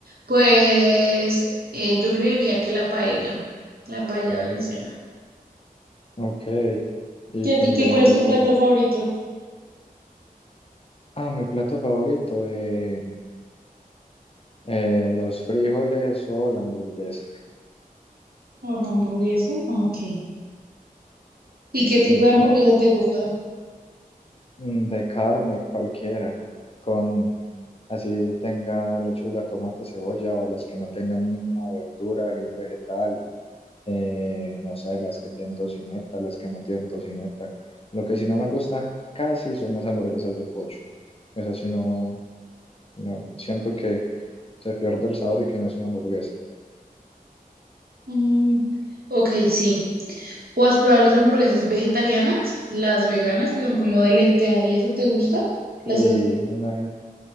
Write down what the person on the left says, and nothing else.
Ok, ¿y
qué
ingredientes
tiene?
Ah, mi plato favorito. eh, Eh, los frijoles o la hamburguesa.
Sí,
es
que
mm, de carne cualquiera, con así tenga lechuga, tomate, cebolla o las que no tengan ni una verdura ni un vegetal, eh, no sé, las que tienen tocineta, las que no tienen tocineta. Lo que sí no me gustan casi son las hamburguesas de pollo. Esas sí no, no siento que se pierde el sabor y que no es una hamburguesa.
Y
una